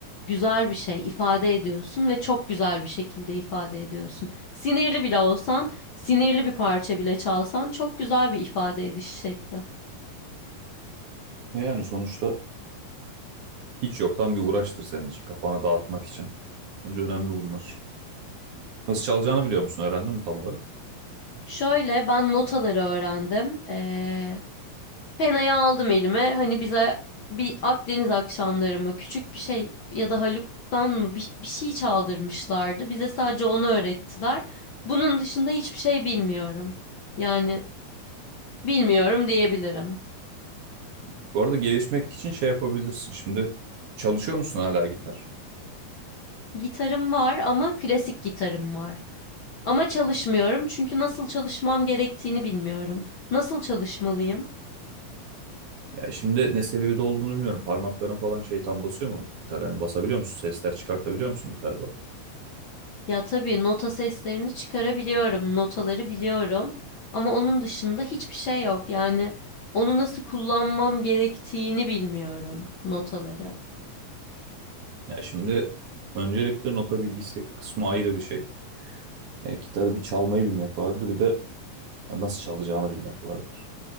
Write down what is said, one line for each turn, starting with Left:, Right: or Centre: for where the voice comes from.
Left: Güzel bir şey ifade ediyorsun ve çok güzel bir şekilde ifade ediyorsun. Sinirli bile olsan, sinirli bir parça bile çalsan çok güzel bir ifade ediş şekli.
Right: Ve yani sonuçta hiç yoktan bir uğraştır senin için kafana dağıtmak için. Bence önemli bunlar. Nasıl çalacağını biliyor musun? Öğrendin mi tam olarak?
Left: Şöyle ben notaları öğrendim. Ee, Penayı aldım elime. Hani bize bir Akdeniz akşamları mı küçük bir şey ya da Haluk'tan mı bir, bir şey çaldırmışlardı. Bize sadece onu öğrettiler. Bunun dışında hiçbir şey bilmiyorum. Yani bilmiyorum diyebilirim.
Right: Bu arada gelişmek için şey yapabilirsin. Şimdi çalışıyor musun hala gitar?
Left: Gitarım var ama klasik gitarım var. Ama çalışmıyorum çünkü nasıl çalışmam gerektiğini bilmiyorum. Nasıl çalışmalıyım?
Right: Ya şimdi ne seviyede olduğunu bilmiyorum. Parmakların falan şey tam basıyor mu gitar? Hani basabiliyor musun? Sesler çıkartabiliyor musun gitarda?
Left: Ya tabii nota seslerini çıkarabiliyorum, notaları biliyorum ama onun dışında hiçbir şey yok. Yani onu nasıl kullanmam gerektiğini bilmiyorum notaları.
Right: Ya şimdi öncelikle nota bilgisi kısmı ayrı bir şey. E, gitarı bir çalmayı bilmek vardır, bir de nasıl çalacağını bilmek vardır.